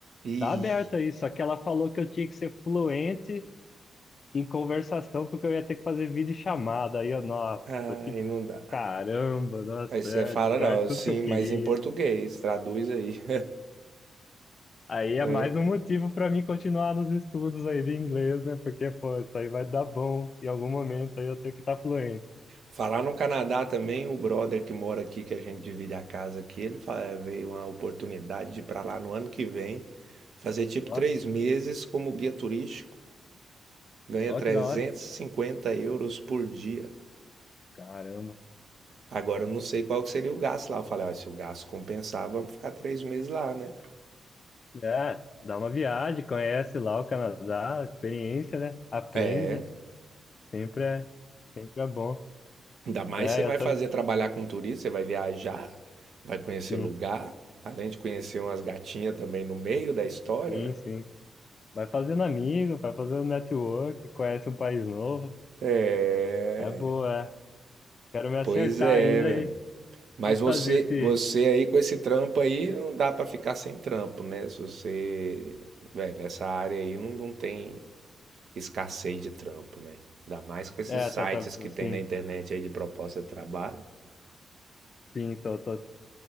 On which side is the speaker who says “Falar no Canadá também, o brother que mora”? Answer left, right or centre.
Right